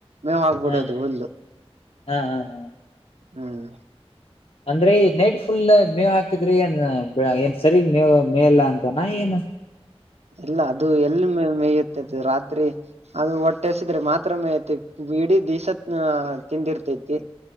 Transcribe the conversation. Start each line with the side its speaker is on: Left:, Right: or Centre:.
Right: ಮೇವ್ ಹಕ್ಬಿಡೋದು
Left: ಹ
Right: ಹುಲ್ದು
Left: ಹಾ ಹಾ ಹಾ
Right: ಹ್ಮ್
Left: ಅಂದ್ರೆ ನೆಟ್ ಫುಲ್ ಮೇವು ಹಾಕಿ ಹಾಕಿದ್ರೆ ಏನ್ ಏನ್ ಸರಿಗ್ ನೀವು ಮೇಯಲ್ಲಾ ಅಂತ ನ ಏನ
Right: ಎಲ್ಲ ಅದು ಎಲ್ಲಿ ಮೇಯುತ್ತದು ರಾತ್ರಿ ಅದು ಹೊಟ್ಟೆಸಿದ್ರೆ ಮಾತ್ರ ಮೇಯತ್ತೈ ಇಡೀ ದಸತ್ ತಿಂದಿರ್ತೈತಿ